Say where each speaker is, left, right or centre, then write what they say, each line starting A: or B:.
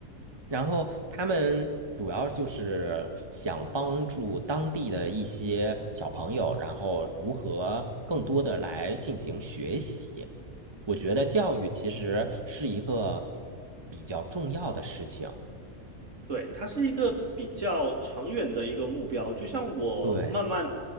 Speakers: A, on the right; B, on the right.
A: 然后他们主要就是想帮助当地的一些小朋友，然后如何更多的来进行学习。我觉得教育其实是一个比较重要的事情。
B: 对，它是一个比较长远的一个目标，就像我慢慢的，
A: 对，